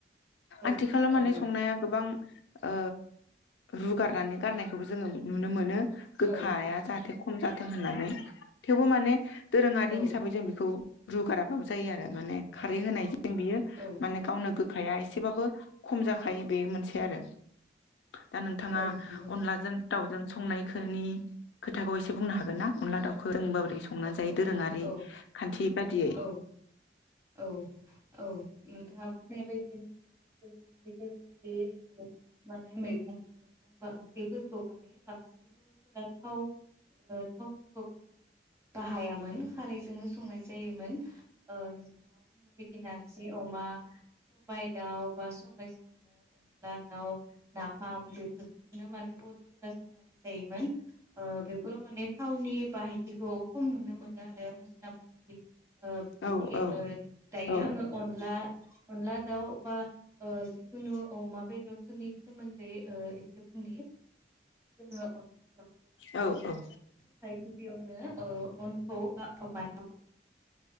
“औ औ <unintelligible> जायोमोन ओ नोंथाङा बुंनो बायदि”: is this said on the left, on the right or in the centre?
Right